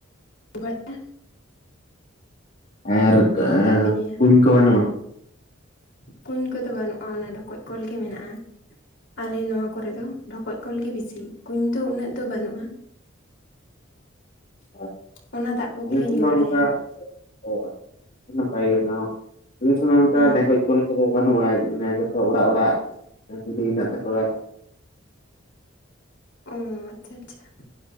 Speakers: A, on the left (about 65°); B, on the left (about 45°).
A: <unintelligible>
B: ᱟᱨ ᱮᱻ
A: ᱯᱮ ᱧᱩᱭᱟ
B: ᱠᱩᱧ ᱠᱚ ᱵᱟᱹᱱᱩᱜ-ᱟ᱾
A: ᱠᱩᱧ ᱠᱚᱫᱚ ᱵᱟᱹᱱᱩᱜ-ᱟ ᱚᱱᱟ ᱰᱷᱚᱠᱚᱡ ᱠᱚᱞ ᱜᱮ ᱢᱮᱱᱟᱜ-ᱟ ᱟᱞᱮ ᱱᱚᱶᱟ ᱠᱚᱨᱮ ᱫᱚ ᱰᱷᱚᱠᱚᱡ ᱠᱚᱞ ᱜᱮ ᱵᱤᱥᱤ ᱠᱩᱧ ᱫᱚ ᱩᱱᱟᱹᱜ ᱫᱚ ᱵᱟᱹᱱᱩᱜ-ᱟ᱾
B: ᱟᱪᱪᱷᱟ
A: ᱚᱱᱟ ᱫᱟᱜ ᱠᱚᱜᱮᱞᱮ
B: ᱟᱞᱮᱥᱮᱜ
A: ᱧᱩ
B: ᱢᱟ
A: ᱵᱟᱲᱟᱭᱟ
B: ᱚᱝᱠᱟ <unintelligible> ᱱᱟᱯᱟᱭ ᱜᱮ ᱚᱱᱟ ᱦᱚᱸ ᱤᱱᱟᱹ ᱥᱚᱢᱚᱭ ᱚᱝᱠᱟ
A: ᱦᱮᱸ
B: ᱰᱷᱮᱠᱚᱡ ᱠᱚᱞ ᱠᱚᱫᱚ ᱵᱟᱹᱱᱩᱜ-ᱟ ᱚᱱᱮ ᱡᱚᱛᱚ ᱚᱲᱟᱜ ᱚᱲᱟᱜ <unintelligible> ᱦᱮᱱᱟᱜ ᱛᱟᱠᱚᱣᱟ᱾
A: ᱚᱻ ᱟᱪᱪᱷᱟ ᱟᱪᱷᱟ